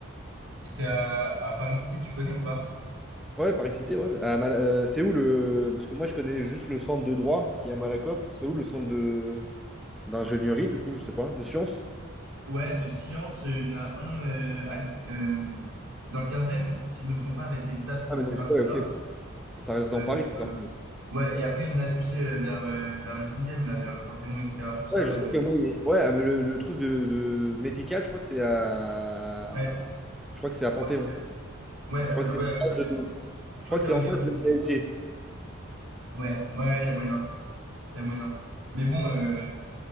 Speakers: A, on the right (about 80°); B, in the centre.
A: c'était à, à Paris Cité, tu connais ou pas?
B: Ouais, Paris-Cité, ouais. À Mala- euh, c'est où le. Parce que moi, je connais juste le centre de droit qui est à Malakoff. C'est où le centre de... d'ingénierie, du coup, je sais pas, de sciences?
A: Ouais, de sciences, euh, il y en a un euh, à- euh, dans le quinzième si je me trompe pas, avec les STAPS,
B: Ah,
A: etc.,
B: mais donc,
A: tout
B: ouais,
A: ça.
B: ok. Ça reste dans
A: Euh,
B: Paris, c'est ça.
A: ouais, et après, il y en a, tu sais, euh, vers, euh, vers le sixième là, vers le Panthéon, etc., tout ça.
B: Ouais, je
A: euh,
B: sais que moi, il- ouais, ah, mais le, le truc de, de médical, je crois que c'est à.
A: ouais,
B: Je crois que c'est
A: je
B: à
A: crois
B: Panthéon.
A: Ouais, euh,
B: Je crois que c'est.
A: ouais, à côté de- je
B: Je
A: crois
B: crois
A: que
B: que
A: c'est
B: c'est
A: à Odéon,
B: en face de
A: un
B: la
A: truc
B: PSG.
A: comme ça. Ouais, ouais, il y a moyen, il y a moyen. Mais bon, euh,